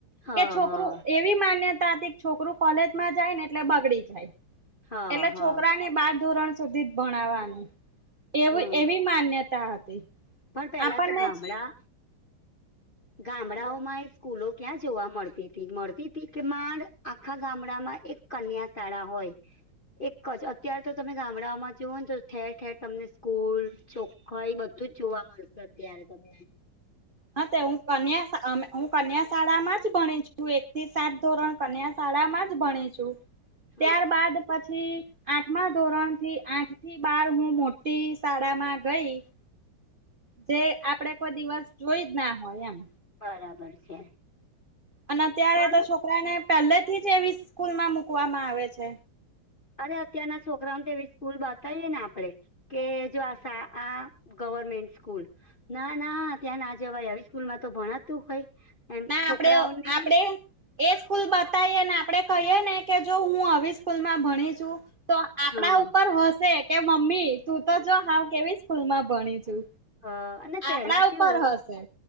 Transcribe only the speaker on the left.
હા
હા
હા
હા
હા
પણ પેલા
તો ગામડા
ગામડાઓ
માંય સ્કૂલો ક્યાં જોવા મળતી તી મળતી તી કે માંડ આખા ગામડામાં એક કન્યા શાળા હોય. એક જ અત્ય્યારે તો તમે ગામડામાં જોવ ને તો ઠેર ઠેર તમને સ્કૂલ ચોખ્ખાાઈ બધું જ જોવા મળશે અત્યારે તમને.
હા
બરાબર છે.
પણ
અરે અત્યારના છોકરાઓને તો એવી સ્કૂલ બતાઈએ ને આપડે કે જો આ સા આ ગવર્મેન્ટ સ્કૂલ ના ના ત્યાં ના જવાાય આવી સ્કૂલમાં તો ભણાતું હોય એમ
છોકરાઓને
હા
અ અને
પેલા કેવું